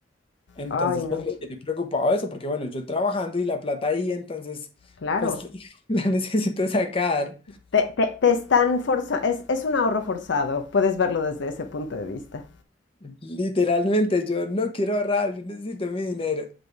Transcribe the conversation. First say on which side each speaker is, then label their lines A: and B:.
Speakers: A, on the left (about 30°); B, on the left (about 65°).
A: Entonces,
B: Ay, no.
A: pues me tiene preocupado eso, porque bueno, yo trabajando y la plata ahí, entonces,
B: Claro.
A: pues <laughs> la necesito sacar.
B: Te, te, te están forzando, es, es un ahorro forzado, puedes verlo desde ese punto de vista.
A: Literalmente, yo no quiero ahorrar, yo necesito mi dinero.